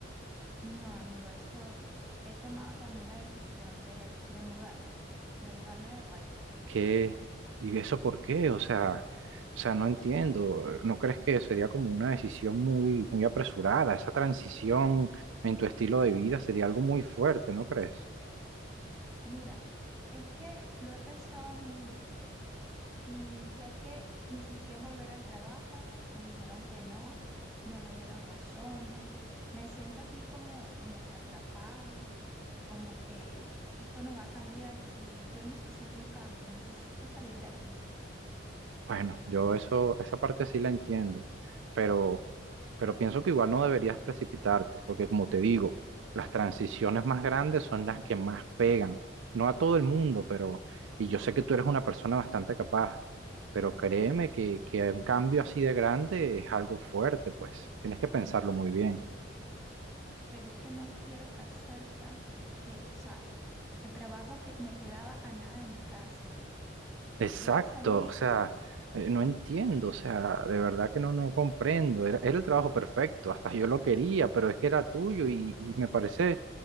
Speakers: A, in the centre; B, on the right.
A: No, amigo, eso he tomado también la decisión de, de mudarme, de mudarme de país.
B: ¿Qué? ¿Y eso por qué? O sea, o sea, no entiendo. ¿No crees que sería como una decisión muy, muy apresurada? Esa transición en tu estilo de vida sería algo muy fuerte, ¿no crees?
A: Mira, es que lo he pensado muy bien. Y ya que insistí en volver al trabajo, me dijeron que no, no me dieron razones. Me siento aquí como, como que atrapada, como que esto no va a cambiar y, y yo necesito un cambio, necesito salir de aquí.
B: Bueno, yo eso, esa parte sí la entiendo, pero, pero pienso que igual no deberías precipitarte, porque como te digo, las transiciones más grandes son las que más pegan. No a todo el mundo, pero, y yo sé que tú eres una persona bastante capaz, pero créeme que, que un cambio así de grande es algo fuerte, pues. Tienes que pensarlo muy bien.
A: Pero es que no quiero estar cerca de, o sea, el trabajo que me quedaba a nada de mi casa.
B: Exacto,
A: Voy a salir,
B: o sea, eh, no entiendo, o sea, de verdad que no, no comprendo. Era, era el trabajo perfecto, hasta yo lo quería, pero es que era tuyo y, y me parece,